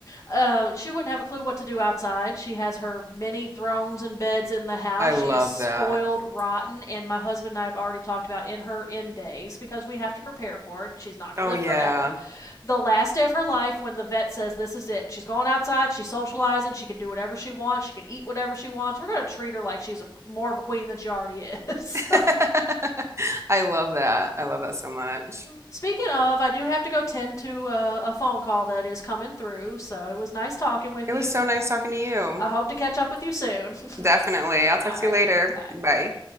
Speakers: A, on the left; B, on the right.
A: Uh, she wouldn't have a clue what to do outside. She has her many thrones and beds in the house.
B: I love
A: She is spoiled
B: that.
A: rotten, and my husband and I have already talked about in her end days because we have to prepare for it. She's not going
B: Oh,
A: to live
B: yeah.
A: forever. The last day of her life, when the vet says this is it, she's going outside, she's socializing, she can do whatever she wants, she can eat whatever she wants. We're going to treat her like she's a, more of a queen than she already is.
B: <laughs> I love that. I love that so much.
A: <laughs> Speaking of, I do have to go tend to uh, a phone call that is coming through, so it was nice talking with
B: It
A: you,
B: was so
A: and
B: nice talking to you.
A: I hope to catch up with you soon.
B: Definitely.
A: <laughs>
B: I'll talk
A: All
B: to
A: right.
B: you later.
A: Bye.
B: Bye.